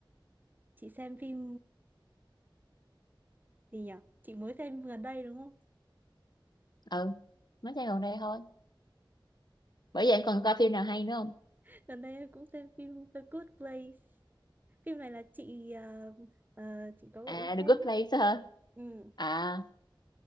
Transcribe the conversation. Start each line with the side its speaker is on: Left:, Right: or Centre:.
Right: chị xem phim gì nhỉ chị mới xem gần đây đúng không
Left: <laughs> ừ mới xem gần đây thôi bởi vậy em còn coi phim nào hay nữa không
Right: <laughs> gần đây em cũng xem phim The Good Place phim này là chị ờ, ờ, chị có gợi
Left: à
Right: ý
Left: The
Right: cho em
Left: Good Place
Right: đó
Left: hả
Right: ừ.
Left: à